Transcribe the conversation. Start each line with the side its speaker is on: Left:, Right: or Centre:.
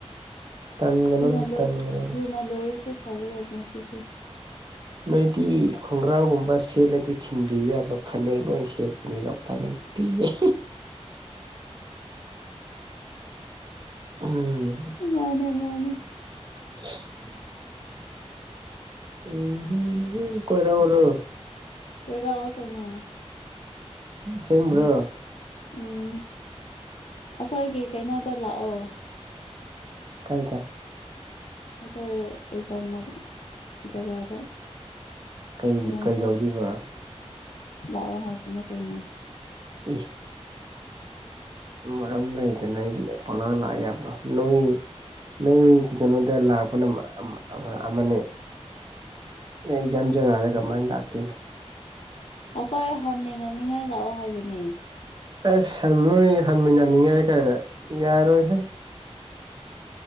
Right: ꯇꯟꯒꯅꯨꯅꯦ
Left: ꯊꯨꯅ ꯂꯣꯏ
Right: ꯇꯟꯒꯅꯨꯅꯦ
Left: ꯊꯨꯅ ꯂꯣꯏꯔꯁꯨ ꯁꯋꯥꯒꯗ ꯑꯣꯛꯅꯦꯁꯤꯁꯦ
Right: ꯅꯣꯏꯗꯤ ꯈꯣꯡꯒ꯭ꯔꯥꯎꯒꯨꯝꯕ ꯁꯦꯠꯂꯗꯤ ꯊꯤꯟꯕꯤ ꯌꯥꯕ ꯐꯅꯦꯛ ꯂꯣꯏ ꯁꯦꯠꯄꯅꯤꯅ ꯎꯄꯥꯏ ꯂꯩꯇꯦ ꯇ ꯎꯝ
Left: ꯃꯥꯅꯦ ꯃꯥꯅꯦ
Right: <unintelligible> ꯎ ꯎ ꯀꯣꯏꯔꯥꯕꯨꯣ
Left: ꯑꯩꯈꯣꯏ ꯔꯑꯣꯣ ꯀꯩꯅ
Right: ꯁꯦꯝ꯭ꯔꯣ
Left: ꯎꯝ ꯑꯩꯈꯣꯏꯒꯤ ꯀꯩꯅꯣꯗ ꯂꯥꯛꯑꯣ
Right: ꯀꯥꯏꯗ
Left: ꯑꯩꯈꯣꯏ ꯑꯦꯛꯖꯥꯝ ꯖꯒꯥꯗ
Right: ꯀꯩ
Left: ꯑꯩꯝꯇ
Right: ꯀꯩꯗꯧꯗꯣꯏꯕ
Left: ꯂꯥꯛꯑꯣ ꯍꯥꯏꯗꯅ ꯀꯩꯅꯣ
Right: ꯎꯝ ꯃꯔꯝ ꯂꯩꯗꯅ ꯄꯅꯥ ꯂꯥꯛꯑꯦꯕ꯭ꯔꯥ ꯅꯣꯏ ꯅꯣꯏ ꯀ ꯀꯩꯅꯣꯗ ꯂꯥꯛꯄꯅ ꯑꯃꯅꯦ ꯅꯣꯏ ꯖꯝꯖꯒꯒꯥꯗꯦ ꯀꯃꯥꯏꯅ ꯂꯥꯛꯇꯅꯣ
Left: ꯑꯩꯈꯣꯏ ꯍꯝꯃꯤꯅꯅꯤꯡꯉꯥꯏ ꯂꯥꯛꯑꯣ ꯍꯥꯏꯕꯅꯦ
Right: ꯑꯁꯟ ꯅꯣꯏ ꯍꯟꯃꯤꯟꯅꯅꯤꯡꯉꯥꯏ ꯀꯥꯏꯅ ꯌꯥꯔꯣꯏꯍꯩ